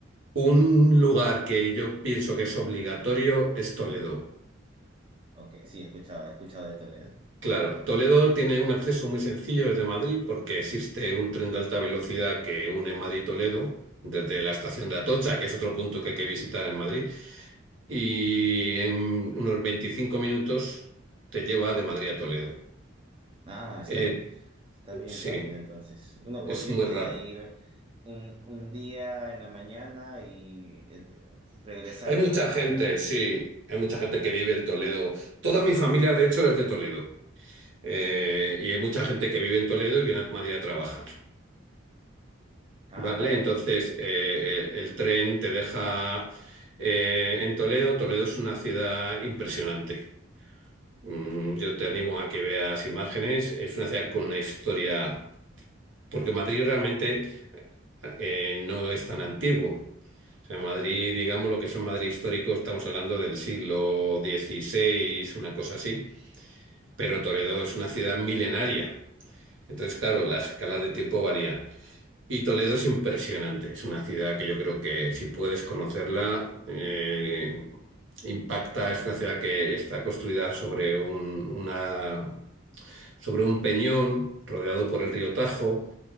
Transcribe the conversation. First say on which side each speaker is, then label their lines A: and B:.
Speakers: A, on the right (about 70°); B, on the right (about 25°).
A: un lugar que yo pienso que es obligatorio es Toledo.
B: Ok, sí, he escuchado, he escuchado de Toledo.
A: Claro, Toledo tiene un acceso muy sencillo desde Madrid porque existe un tren de alta velocidad que une Madrid y Toledo desde la estación de Atocha, que es otro punto que hay que visitar en Madrid, y en unos 25 minutos te lleva de Madrid a Toledo.
B: Ah, está,
A: Eh,
B: está bien
A: sí,
B: rápido entonces. Uno
A: es
B: po- yo
A: muy
B: podría
A: rápido.
B: ir un, un día en la mañana y eh, regresar
A: Hay
B: de
A: mucha
B: repente.
A: gente, sí, hay
B: Sí.
A: mucha gente que vive en Toledo. Toda mi familia, de hecho, es de Toledo. Eh,
B: Ah, ya.
A: y hay mucha gente que vive en Toledo y viene a Madrid a trabajar.
B: Ah,
A: ¿Vale?
B: claro,
A: Entonces,
B: ok,
A: eh,
B: sí,
A: eh, el tren te deja eh, en Toledo. Toledo es una ciudad impresionante. Mm, yo te animo a que veas imágenes. Es una ciudad con una historia, porque Madrid realmente eh, no es tan antiguo. O sea, Madrid, digamos lo que es un Madrid histórico, estamos hablando del siglo XVI, una cosa así, pero
B: ok.
A: Toledo es una ciudad milenaria. Entonces, claro, las escalas de tiempo varían. Y Toledo es impresionante, es una ciudad que yo creo que si puedes conocerla, eh, impacta, es una ciudad que está construida sobre un, una, sobre un peñón rodeado por el río Tajo,